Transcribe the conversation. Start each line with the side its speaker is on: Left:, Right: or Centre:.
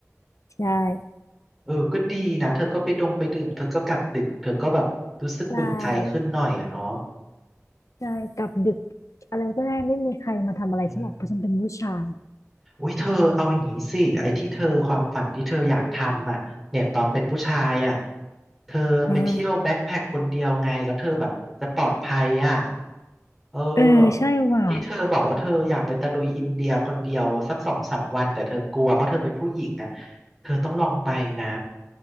Left: ใช่
Centre: เออก็ดีนะเธอก็ไปดงไปดื่มเธอก็กลับดึกเธอก็แบบรู้สึกอุ่นใจขึ้นหน่อยอะเนาะ
Left: ใช่ใช่กลับดึกอะไรก็ได้ไม่มีใครมาทำอะไรฉันหรอกเพราะฉันเป็นผู้ชาย
Centre: อืม อุ้ยเธอเอาอย่างนี้สิไอ้ที่เธอความฝันที่เธออยากทำอ่ะเนี่ยตอนเป็นผู้ชายอ่ะเธอไปเที่ยวแบ็คแพ็คคนเดียวไงแล้วเธอแบบจะปลอดภัยอ่ะ
Left: อืม
Centre: เออ
Left: เออใช่ว่ะ
Centre: ที่เธอบอกว่าเธออยากไปตะลุยอินเดียคนเดียวสักสองสามวันแต่เธอกลัวเพราะเธอเป็นผู้หญิงอ่ะเธอต้องลองไปนะ